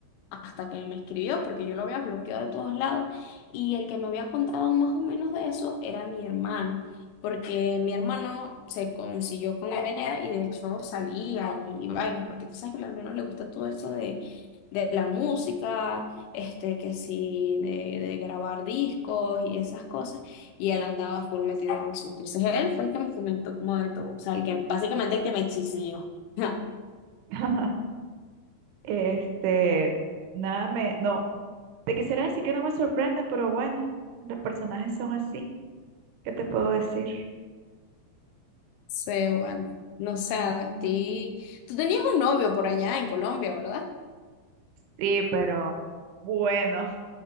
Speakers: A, on the left; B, on the right.
A: hasta que me escribió, porque yo lo había bloqueado de todos lados y el que me había contado más o menos de eso era mi hermano, porque mi hermano se consiguió con él allá y de hecho salían y, vainas, porque tú sabes que a mi hermano le gusta todo esto de, de la música, este, que sí, de, de grabar discos y esas cosas y él andaba full metido en eso. Entonces él fue el que me comentó como de todo, o sea, el que, básicamente el que me chismeó. <laughs>
B: <laughs> Este, nada me, no, te quisiera decir que no me sorprende, pero bueno, los personajes son así. ¿Qué te puedo decir?
A: Sí, bueno, no sé, a ti. Tú tenías un novio por allá en Colombia, ¿verdad?
B: Sí, pero bueno,